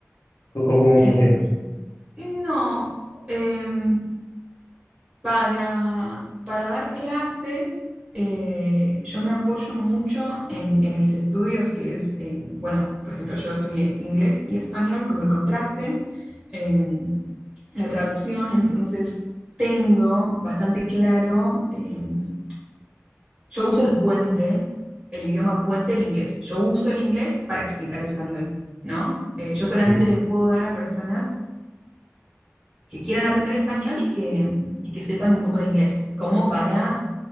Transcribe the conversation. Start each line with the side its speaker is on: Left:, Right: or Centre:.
Left: ¿Cómo, cómo
Right: Eh,
Left: funciona?
Right: no. eh, Para, para dar clases, eh, yo me apoyo mucho en, en mis estudios, que es, eh, bueno, por ejemplo, yo estudié inglés y español como el contraste, em, la traducción, entonces tengo bastante claro, em, yo uso el puente, el idioma puente, el inglés. Yo uso el inglés para explicar español, ¿no? Eh, yo solamente
Left: Sí.
Right: le puedo dar a personas que quieran aprender español y que, y que sepan un poco de inglés, como para,